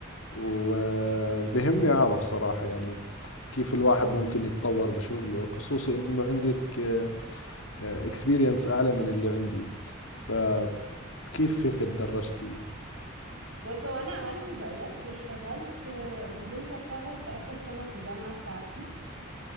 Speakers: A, on the left; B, on the right.
A: و- آه، وبهمني اعرف صراحة يعني كيف الواحد ممكن يتطور بشغله خصوصي انه عندك آه، اكسبيرينس اعلى من اللي عندي فكيف هيك تدرجتي
B: بص هو انا عملت زيك واشتغلت آه، نزلت اشتغل في اخر سنة في الجامعة بتاعتي